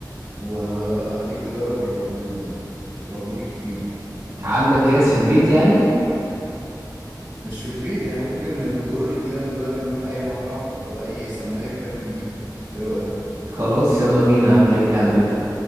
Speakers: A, on the right (about 75°); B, on the right (about 50°).
A: وهخليك تجرب البربون ده البربون الكبير
B: عندك جاهز في البيت يعني
A: مش في البيت يعني احنا ممكن نجر رجلنا دلوقتي نروح اي مطعم او اي سماك فاهم نجيبه ايه رأيك
B: خلاص يلا بينا يا عم رجلي على رجلي